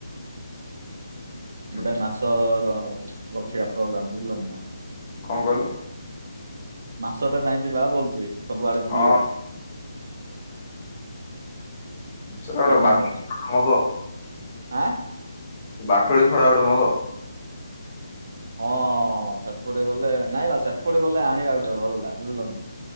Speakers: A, on the right; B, on the left.
A: ଗୋଟେ
B: ହୁଁ।
A: ମାସ ର ଲକ୍ଷଆ ପ୍ରୋଗ୍ରାମ <unintelligible>
B: କଣ କହିଲ?
A: ମାସଟା ପାଇଁ ଯିବା <unintelligible> ସବୁଆଡେ ବୁଲିବା।
B: ହଁ ସେଟା ଗୋଟେ
A: ନା କଣ
B: ବାଟୁଳି
A: କହୁଛ
B: ମଗ
A: ଆଁ
B: ବାଟୁଳି ଖଡା ଗୋଟେ ମଗ।
A: ହଁ ସେପଟେ ଗଲେ ନାଇଁ ବା ସେପଟେ ଗଲେ ଆଣିବା ଗୋଟେ ଭଲଟା ବୁଝିଲ।